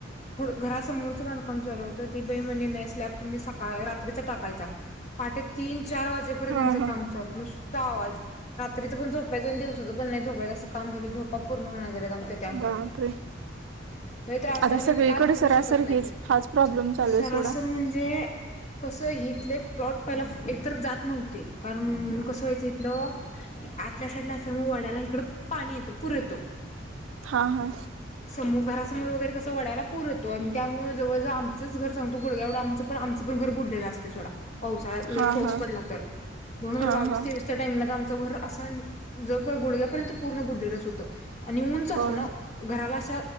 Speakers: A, on the left; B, on the right.
A: घरासमोरच बांधकाम च काम चालू होतं ती बाई म्हणे ने स्लॅप तुम्ही सकाळी रात्रीचा टाकायचा पहाटे तीन चार वाजेपर्यंत
B: हा
A: त्यांच
B: हा
A: काम चालू नुसता आवाज रात्रीच पण झोपायचं आणि दिवसाचं पण नाही झोपायच असं काम झालं झोपा पूर्ण व्हायल झा आमच्या त्यामुळ
B: बापरे
A: लई त्रास
B: आता
A: व्हायलय
B: सगळीकडे
A: पण काय बोलू
B: सरासर
A: शकत नाही
B: हेच हाच प्रॉब्लेम चालू आहे
A: सरासर
B: सोडा
A: म्हणजे कसं हिथले लॉट पहिला एकत जात नव्हते कारण कसं व्हायचं इथलं आतल्या साईडला अस ड इकड पाणी येतर येत
B: हा हा
A: समो घरासमोर वगैरे कसं वा वड्याला पूर होतो आणि त्यामुळेळ जवळजव आमचं घर सगतो गुड्यावढं आमचण आमचंणर बडलेलं असते सोडा. पावसाच
B: हा
A: पाऊ
B: हा
A: पडला तर दोन हजार
B: हा
A: बावीस
B: हा
A: तेवीस टाइमला तर आमच घर असा ज गुडग्यापर्यंत पूर्ण बुडढच होतं आणि उंच असू
B: हो
A: ना घराला अस